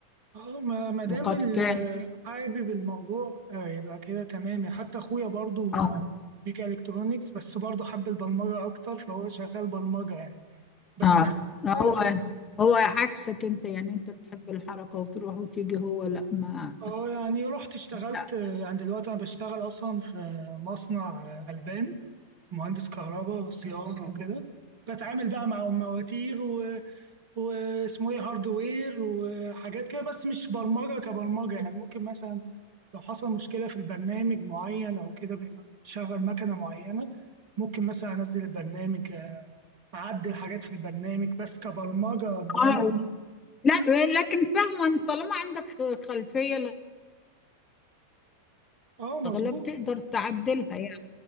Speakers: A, on the right (about 45°); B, on the left (about 25°).
A: اه ما ما دام
B: وقد
A: ال-
B: كان
A: حابب الموضوع آه، يبقى كده تمام حتى اخويا برضو
B: اه
A: آه، ميكا الكترونيكس بس برضو حب البرمجه اكتر فهو شغال برمجه يعني بس
B: اه
A: عن-
B: هو
A: <laughs>
B: هو عكسك انت يعني انت بتحب الحركة وتروح وتيجي هو لا ما
A: اه يعني رحت اشتغلت
B: لا
A: آه، يعني دلوقتي انا بشتغل اصلا في مصنع آه، البان مهندس كهرباء وصيانه وكده بتعامل بقى مع المواتير واسمه ايه هاردوير وحاجات كده بس مش برمجة كبرمجة يعني ممكن مثلا لو حصل مشكلة في البرنامج معين أو كده بيشغل مكنة معينة ممكن مثلا أنزل البرنامج أعدل حاجات في البرنامج بس كبرمجة إن أنا
B: اه لا لكن فاهمة ان طالما عندك خلفية
A: اه مظبوط
B: الاغلب تقدر تعدلها يعني